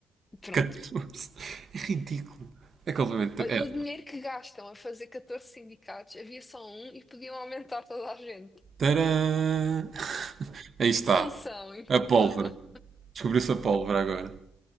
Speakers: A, on the left; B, on the right.
A: Pronto.
B: 14. É ridículo. É completamente.
A: Olha,
B: É.
A: o dinheiro que gastam a fazer 14 sindicatos, havia só um e podiam aumentar toda a gente.
B: Tadã! Aí está.
A: Solução encontrada.
B: A pólvora. Descobriu-se a pólvora agora.